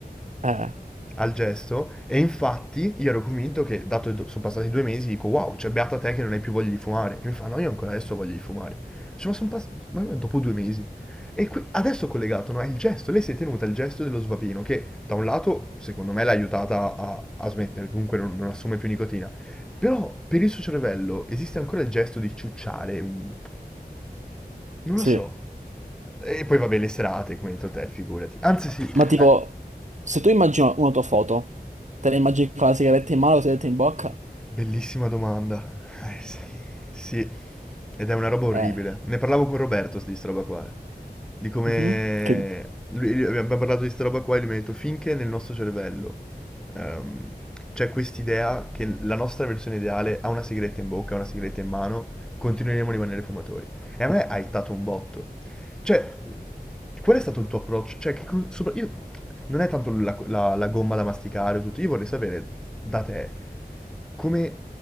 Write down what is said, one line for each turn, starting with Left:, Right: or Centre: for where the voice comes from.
Right: Eh,
Centre: al gesto e infatti io ero convinto che, dato che sono passati due mesi, dico wow, cioè beata te che non hai più voglia di fumare. E mi fa no, io ancora adesso ho voglia di fumare. Cioè, ma sono passati dopo due mesi. E qui, adesso collegato, no, è il gesto, lei si è tenuta il gesto dello svapino che da un lato secondo me l'ha aiutata a, a smettere, che comunque non, non assume più nicotina, però per il suo cervello esiste ancora il gesto di ciucciare, un- non
Right: sì.
Centre: lo so. E poi vabbè le serate, come hai detto te, figurati. Anzi sì,
Right: Ma tipo,
Centre: eh,
Right: se tu immagini una tua foto, te la immagini con la sigaretta in mano, la sigaretta in bocca,
Centre: Bellissima domanda. Eh sì, sì. Ed è una roba orribile.
Right: eh,
Centre: Ne parlavo con Roberto di sta roba qua. eh. Di come...
Right: mhm, che-
Centre: Lui, lui- abbiamo parlato di sta roba qua e lui mi ha detto finché nel nostro cervello ehm, c'è quest'idea che la nostra versione ideale ha una sigaretta in bocca, ha una sigaretta in mano, continueremo a rimanere fumatori. E a me ha ittato un botto. Cioè, qual è stato il tuo approccio? Cioè, che cos- sopra- io- non è tanto la, la- la gomma da masticare o tutto, io vorrei sapere da te come,